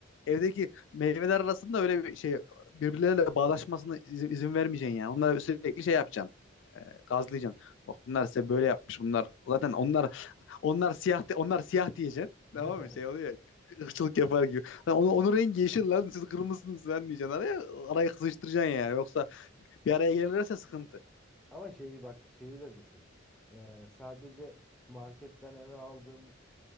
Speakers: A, on the left (about 65°); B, in the centre.
A: Evdeki meyveler arasında öyle bir şey birbirleriyle bağdaşmasını izin, izin vermeyeceksin yani. Onlara sürekli şey yapacaksın. E, gazlayacaksın. Bak bunlar size böyle yapmış. Bunlar zaten onlar onlar siyah de- onlar siyah diyeceksin.
B: <laughs>
A: Tamam mı? Şey oluyor. ırkçılık yapar gibi. Ha, Onun, onun rengi yeşil lan siz kırmızısınız lan diyeceksin araya. Arayı kızıştıracaksın yani. Yoksa bir araya gelirlerse sıkıntı.
B: Ama şeyi bak şeyi de düşün. Ee, sadece marketten eve aldığın